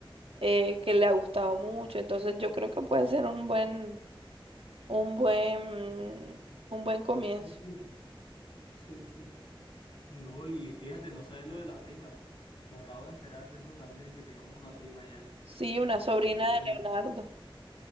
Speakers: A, on the right; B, on the left.
A: eh, que le ha gustado mucho. Entonces yo creo que puede ser un buen, un buen, un buen comienzo.
B: Destino. Sí, sí. Y no, y fíjate, no sabes lo de la prima. Me acabo de enterar de eso también, que teníamos una prima ya.
A: Sí, una sobrina
B: Qué bueno.
A: de Leonardo.